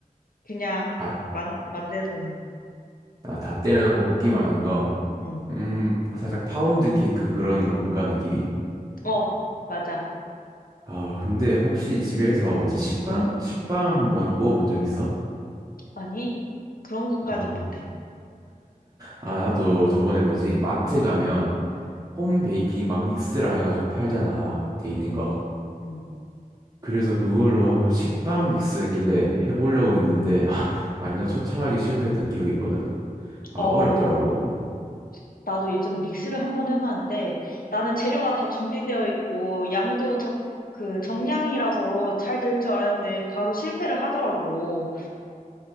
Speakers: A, on the left; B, on the right.
A: 그냥
B: 다,
A: 만, 만드는,
B: 아, 다 때려놓고 굽기만 하는 거.
A: 음.
B: 음, 살짝 파운드 케이크 그런 건가 느낌이?
A: 어, 맞아.
B: 아, 근데 혹시 집에서 뭐지 식빵? 식빵 한번 구워본 적 있어?
A: 아니, 그런 것까진
B: 아,
A: 못해.
B: 아, 나도 저번에 뭐지 마트 가면 홈 베이킹 막 믹스라 해가지고 팔잖아. 돼 있는 거.
A: 응.
B: 그래서 그걸로 한번 식빵 믹스 했길래 해보려고 했는데 아, 완전 처참하게 실패했던 기억이 있거든. 아,
A: 어,
B: 어렵더라고.
A: 나도 예전에 믹스를 한 번 해봤는데 나는 재료가 다 준비되어 있고 양도 적, 그 정량이라서 잘 될 줄 알았는데 바로 실패를 하더라고.